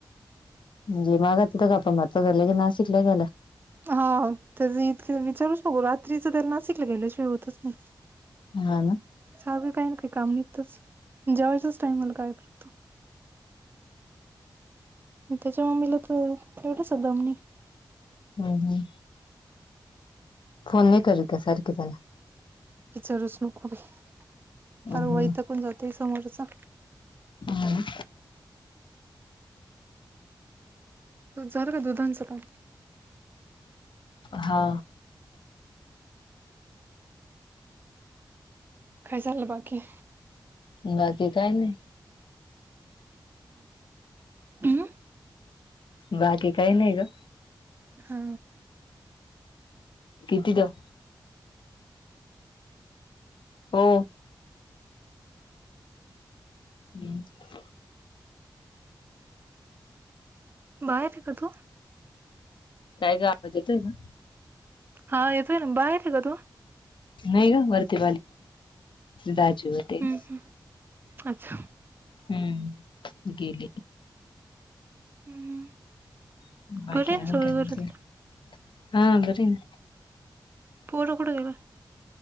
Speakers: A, on the left (about 80°); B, on the right (about 25°).
A: म्हणजे माझं कुठ जात ना, झालं की नाशिकलं झालं.
B: हा त्याच इतके विचारूच नको रात्रीच तर नाशिकला गेल्याशिवाय होतच नाहि.
A: हा
B: चाय काय ना काही काम निघतच जेवयच्याच टाइमला काय होतो. त्याच्या मम्मीला तर एवढंच बामणी
A: हम हा फोन नाही करू का सारखे त्याला
B: विचारूच नको परवा
A: हम्म,
B: इथ कोण जातय समोरचा
A: हम
B: तुझं झालं का दुधांचं काम?
A: हा.
B: काय चालाय बाकी.
A: बाकी काही नाही.
B: हम्म
A: बाकी काही नाही गं.
B: हा.
A: किती दिव हो. हम्!
B: बाहेर आहे का तू?
A: काय गं आवाज येतोय ना.
B: हा येतोय ना. बाहेर आहे का तू?
A: नाही गं वरती <inaudible> तेच,
B: हम्म हम्म अच्छा
A: हम्म! गेली.
B: हम्म
A: <inaudible>
B: बरे आहे ना सगळे घरातले पोर कुठं <unintelligible>